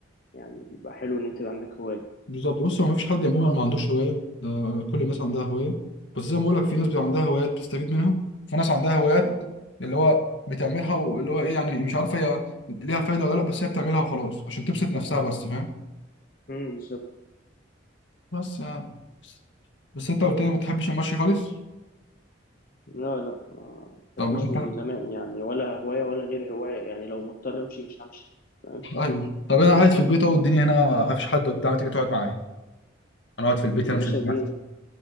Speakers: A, on the left; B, on the left.
A: يعني بيبقى حلو إن أنت يبقى عندك هواية
B: بالظبط بص هو مفيش حد عموما ما عندوش هوايه ده كل الناس عندها هوايه بس زي ما بقول لك في ناس بتبقى عندها هوايات بتستفيد منها في ناس عندها هوايات
A: مم.
B: اللي هو بتعملها واللي هو ايه يعني مش عارفه هي ليها فايده ولا لا بس هي بتعملها وخلاص عشان تبسط نفسها بس فاهم
A: مم، بالظبط
B: بس يعني بس انت قلت لي ما بتحبش المشي خالص
A: لا لا ما
B: طب
A: بحبوش
B: ما انت
A: من زمان يعني ولا هواية ولا غير هواية يعني لو مضطر أمشي مش همشي فاهم
B: <laughs> ايوه طب انا قاعد في البيت اهو الدنيا هنا ما فيش حد وبتاع ما تيجي تقعد معايا انا قاعد في البيت
A: يا
B: هنا
A: باشا
B: مش هنتمتع
A: أجيلك